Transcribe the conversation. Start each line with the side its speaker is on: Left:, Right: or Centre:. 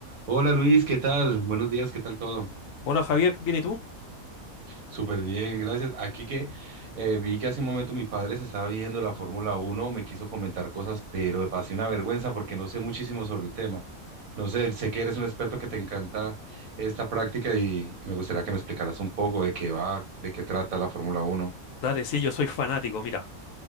Right: Hola Luis, ¿qué tal? Buenos días, ¿qué tal todo?
Left: Hola Javier, ¿bien y tú?
Right: Súper bien, gracias. Aquí que eh, vi que hace un momento mi padre se estaba viendo la Fórmula Uno, me quiso comentar cosas, pero me pasé una vergüenza porque no sé muchísimo sobre el tema. No sé, sé que eres un experto que te encanta esta práctica y, y me gustaría que me explicaras un poco de qué va, de qué trata la Fórmula Uno.
Left: Dale, sí, yo soy fanático. Mira,